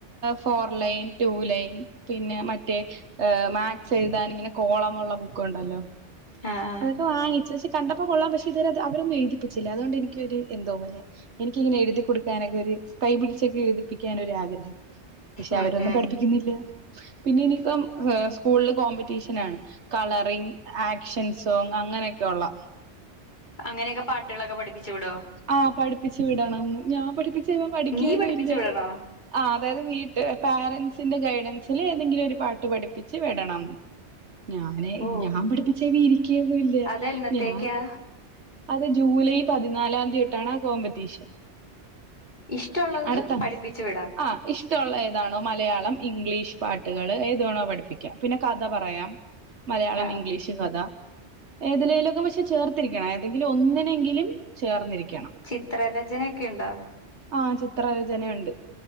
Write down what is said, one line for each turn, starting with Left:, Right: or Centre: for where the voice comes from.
Right: ഫോർ ലൈൻ ടു ലൈൻ പിന്നെ മറ്റേ മാത്സ് എഴുതാൻ ഇങ്ങനെ കോളമുള്ള ബുക്ക് ഉണ്ടല്ലോ
Left: ആഹ് ആഹ്
Right: അതൊക്കെ വാങ്ങിച്ചു പക്ഷെ കണ്ടപ്പോ കൊള്ളാൻ പക്ഷെ അത് അവരൊന്നും എഴുതിപ്പിച്ചില്ല അതുകൊണ്ട് എനിക്കൊരു എന്തോപലെ എനിക്കിങ്ങെഴുതി കൊടുക്കാനൊക്കെ ഒരു കൈ പിടിച്ചക്കി എഴുതിപ്പിക്കാനൻ ഒരു ആഗ്രഹം പക്ഷെ
Left: ഉം
Right: അവരൊന്നും
Left: ഉം
Right: പഠിപ്പിക്കുന്നില്ല പിന്നെ ഇനിപ്പം സ്കൂളില് കോമ്പറ്റീഷന ആണ് കളറി ആക്ഷൻ സോ അങ്ങനെയൊക്കെയ ഉള്ള
Left: അങ്ങനെയൊക്കെ പാട്ടുകളൊക്കെ പഠിപ്പിച്ചു വിടോ
Right: ആ പഠിപ്പിച്ച് വീടാണം ഞാൻ പഠിപ്പ പഠിക്കുന്നിയില്ല
Left: നീ പഠിപ്പിച്ചു വിടണോ
Right: അതായത് വീട്ടുകാര് പാരൻസ് ന്റെ ഗൈഡൻസിൽ ഏതെങ്കിലും ഒരു പാട്ട് പഠിപ്പിച്ച് വിടണംന്ന് ഞാനെ
Left: ഓ
Right: ഞാൻ പഠിപ്പിച്ച വി ഇരിക്കുകൊന്നുംല്ല
Left: അതെന്നത്തേക്കാ
Right: ഞൻ അത് ജൂലൈ പതിനാലാം തീയതി തൊട്ടാണ് ആ കോമ്പറ്റീഷൻ
Left: ഇഷ്ടമുള്ളത്
Right: അടുത്ത
Left: പഠിപ്പിച്ചു വിടാം
Right: ആ ഇഷ്ടമുള്ള ഏതാണോ മലയാളം ഇംഗ്ലീഷ് പാട്ടുകള് ഏതോണോ പഠിപ്പിക്കാം പിന്നെ കഥ പറയാം മലയാളം
Left: ആഹ്
Right: ഇംഗ്ലീഷ് കഥ ഏതിലെലൊക്കെ പക്ഷെ ചേർത്തിരിക്കണം ഏതെങ്കിലും ഒന്നിനെങ്കിലും ചേർന്നിരിക്കണം
Left: ചിത്രരചന ഒക്കെുയുണ്ടോ
Right: ആ ചിത്രരചനുണ്ട്